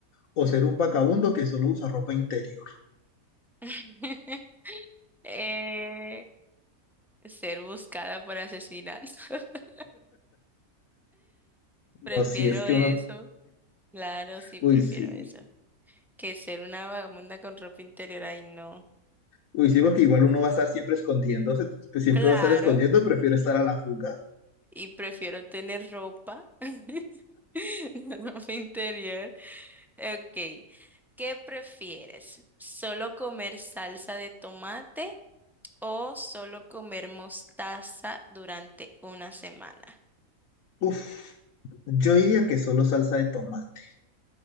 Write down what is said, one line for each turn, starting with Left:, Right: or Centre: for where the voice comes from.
Left: o ser un vagabundo que solo usa ropa interior.
Centre: <laughs> Eh, ser buscada por asesinato. <laughs>
Left: No,
Centre: Prefiero
Left: si es que
Centre: eso.
Left: uno,
Centre: Claro, sí,
Left: uy,
Centre: prefiero
Left: sí.
Centre: eso. que ser una vagabunda con ropa interior. Ay, no.
Left: Uy, sí, porque igual uno va a estar siempre escondiéndose, pues, siempre
Centre: Claro,
Left: va a estar escondiendo, prefiero estar a la fuga.
Centre: y prefiero tener ropa, <laughs> no ropa interior. Ok, ¿qué prefieres? ¿Solo comer salsa de tomate o solo comer mostaza durante una semana?
Left: Uf, yo diría que solo salsa de tomate.